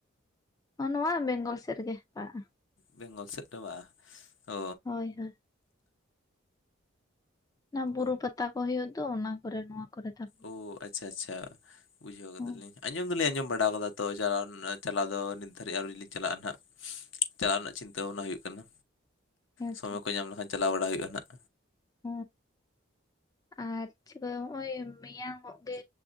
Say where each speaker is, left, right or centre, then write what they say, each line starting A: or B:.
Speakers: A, on the left; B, on the left.
A: ᱱᱚᱣᱟ ᱵᱮᱝᱜᱚᱞ ᱥᱮᱫ ᱨᱮᱜᱮ ᱯᱟᱲᱟᱜᱼᱟ᱾
B: ᱵᱮᱝᱜᱚᱞ ᱥᱮᱫ ᱫᱚ ᱵᱟ ᱚ
A: ᱦᱚᱭ ᱦᱚᱭ ᱚᱱᱟ ᱵᱩᱨᱩ ᱯᱟᱛᱟ ᱠᱚ ᱦ ᱦᱩᱭᱩᱜ ᱛᱚ ᱚᱱᱟ ᱠᱚᱨᱮ ᱱᱚᱣᱟ ᱠᱚᱨᱮ ᱛᱟ
B: ᱚ ᱟᱪᱷᱟ ᱟᱪᱷᱟ ᱵᱩᱡᱷᱟᱹᱣ ᱠᱮᱫᱟᱞᱤᱧ
A: ᱚ
B: ᱟᱸᱡᱚᱢ ᱫᱚᱞᱤᱧ ᱟᱸᱡᱚᱢ ᱵᱟᱲᱟ ᱟᱠᱟᱫᱟ ᱛᱚ ᱪᱟᱞᱟᱣ ᱪᱟᱞᱟᱣ ᱫᱚ ᱱᱤᱛ ᱫᱷᱟᱵᱤᱡ ᱟᱹᱣᱨᱤ ᱞᱤᱧᱸ ᱪᱟᱞᱟᱜᱼᱟ, ᱱᱟᱦᱟᱜ ᱪᱟᱞᱟᱜ ᱨᱮᱱᱟᱜ ᱪᱤᱱᱛᱟᱹ ᱵᱷᱟᱵᱽᱱᱟ ᱦᱩᱭᱩᱜ ᱠᱟᱱᱟ᱾
A: ᱦᱮᱸᱛᱚ
B: ᱥᱚᱢᱚᱭ ᱠᱚ ᱧᱟᱢ ᱞᱮᱠᱷᱟᱱ ᱪᱟᱞᱟᱣ ᱵᱟᱲᱟ ᱦᱩᱭᱩᱜᱼᱟ ᱦᱟᱸᱜ᱾
A: ᱦ ᱟᱨ ᱪᱮᱫᱠᱟ ᱱᱚᱜᱼᱚᱭ ᱢᱮᱭᱟᱝᱜ ᱜᱮ